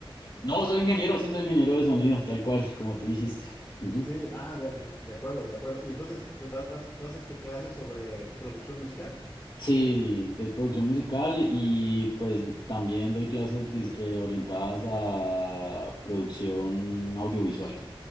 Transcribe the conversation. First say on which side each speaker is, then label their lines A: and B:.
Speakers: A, on the left; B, on the left.
A: No, soy ingeniero, sí, soy ingeniero de sonido, tal cual, como tú dijiste. <laughs>
B: Sí, ah, de, de- de acuerdo, de acuerdo. Y entonces, ¿das, das, das este clases sobre producción musical?
A: Sí, de producción musical y pues también doy clases dis- eh, orientadas a producción audiovisual.